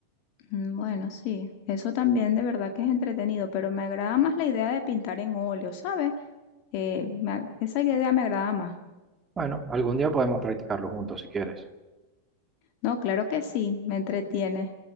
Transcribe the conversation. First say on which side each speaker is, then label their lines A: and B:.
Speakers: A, on the left; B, on the right.
A: Mm, Bueno, sí, eso también de verdad que es entretenido, pero me agrada más la idea de pintar en óleo, ¿sabes? Eh, me ag- esa idea me agrada más.
B: Bueno, algún día podemos practicarlo juntos si quieres.
A: No, claro que sí, me entretiene.